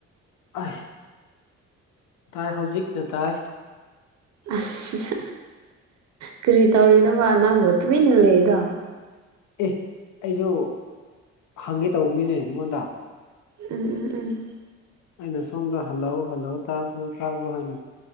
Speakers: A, on the left; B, on the right.
A: ꯑꯥꯏ ꯇꯥꯏ ꯍꯧꯖꯤꯛꯇ ꯇꯥꯏ
B: ꯑꯁ ꯀꯔꯤ ꯇꯧꯔꯤꯅꯣꯕ ꯅꯪꯕꯨ ꯇꯨꯃꯤꯟꯅ ꯂꯩꯗꯣ
A: ꯑꯦ ꯑꯩꯁꯨ ꯍꯪꯒꯦ ꯇꯧꯕꯅꯤꯅꯦ ꯅꯪꯉꯣꯟꯗ
B: ꯎꯝ ꯎꯝ ꯎꯝ
A: ꯑꯩꯅ ꯁꯣꯝꯗ ꯍꯜꯂꯣ ꯍꯜꯂꯣ ꯇꯥꯕ꯭ꯔꯣ ꯇꯥꯕ꯭ꯔꯣ ꯍꯥꯏꯅ